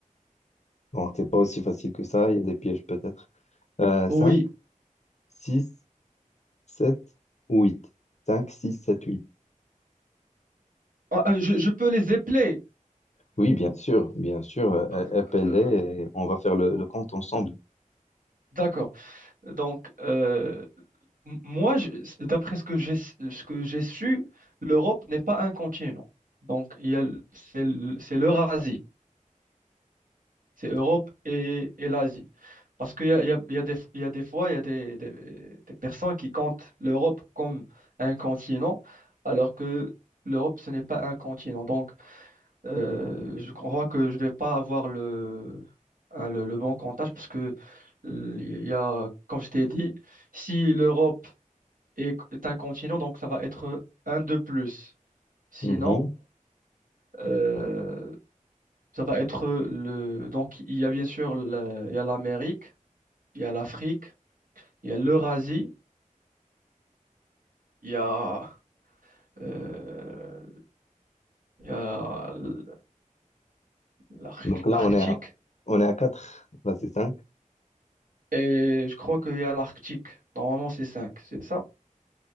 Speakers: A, on the left; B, on the right.
A: Bon, c'est pas aussi facile que ça, il y a des pièges peut-être. Euh,
B: oui.
A: 5, 6, 7 ou 8? 5, 6, 7,
B: Ah, ah, je, je peux les épeler.
A: Oui, bien sûr, bien sûr. euh,
B: Euh,
A: appelez, et on va faire le,
B: oh,
A: le compte ensemble.
B: d'accord. Donc, euh, m- moi, je- d'après ce que j'ai, ce que j'ai su, l'Europe n'est pas un continent. Donc, il y a, l- c'est l- c'est l'Eurasie. C'est Europe et, et l'Asie. Parce qu'il y a, il y a- il y a des, il y a des fois, il y a des, des- des personnes qui comptent l'Europe comme un continent, alors que l'Europe, ce n'est pas un continent. Donc, euh, je crois que je ne vais pas avoir le, hein, le, le bon comptage parce que, euh, il y a, comme je t'ai dit, si l'Europe est, est un continent, donc ça va être un de plus. Sinon,
A: Mhm.
B: euh, ça va être le... Donc, il y a bien sûr la- il y a l'Amérique. il y a l'Afrique, il y a l'Eurasie, il y a, euh, il y a l- l'Ar-
A: Donc
B: l'Arctique,
A: là, on est à, on est à 4. là c'est cinq.
B: et je crois qu'il y a l'Arctique. Normalement, c'est cinq, c'est ça?